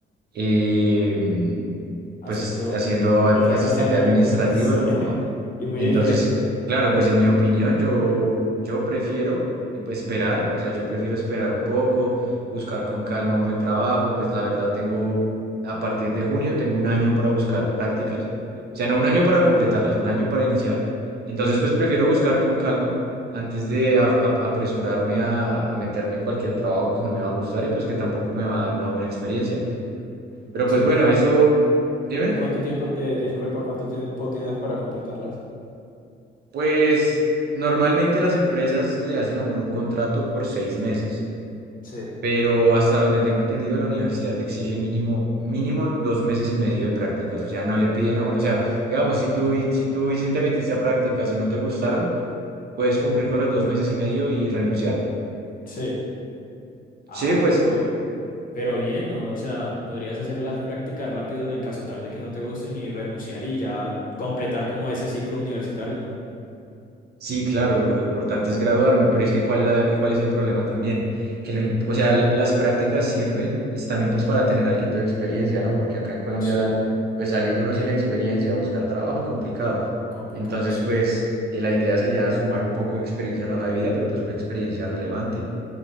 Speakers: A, on the right; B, on the left.
A: eh,
B: haciendo
A: pues haciendo a-
B: otra
A: asistente
B: cosa muy,
A: administrativo,
B: muy- <laughs> sí,
A: no.
B: y muy
A: Entonces,
B: diferente.
A: claro, pues en mi opinión, yo, yo prefiero eh, pues, esperar, o sea, yo prefiero esperar un poco, buscar con calma un buen trabajo, pues la verdad tengo, a partir de junio, tengo un año para buscar prácticas, o sea, no un año para completarlas, un año para iniciar. Entonces, pues prefiero buscar con calma antes de a- a- apresurarme a, a meterme en cualquier trabajo que no me va a gustar y pues que tampoco me va a dar una buena experiencia. Pero
B: Sí,
A: pues bueno,
B: ¿y cuánto,
A: eso, dime.
B: y cuánto tiempo, eh, disculpa, cuánto tiempo tienes para completarlas?
A: Pues normalmente las empresas le hacen a uno un contrato por seis meses,
B: Sí.
A: pero hasta donde tengo entendido, la universidad exige mínimo, mínimo dos meses y medio de prácticas. O sea, no le piden a uno. O sea, digamos, si tú, y- si tú y si te metiste a prácticas y no te gustaron, puedes cumplir con los dos meses y medio y renunciar.
B: Sí. Ah,
A: Sí, pues
B: pero, pero bien, ¿no? O sea, podrías hacer las prácticas rápidas en caso tal de que no te gusten y renunciar y ya completar como ese ciclo universitario, ¿no?
A: Sí, claro, lo importante es graduarme, pero es que cuál es, la- eh, cuál es el problema también, que lo, im- o sea, las prácticas sirven es también pues para tener algo de experiencia, ¿no? Porque acá en Colombia
B: Sí,
A: pues salir uno sin experiencia a buscar trabajo complicado.
B: complicado,
A: Entonces,
B: sí.
A: pues eh, la idea sería sumar un poco de experiencia en la hoja de vida, pero pues una experiencia relevante.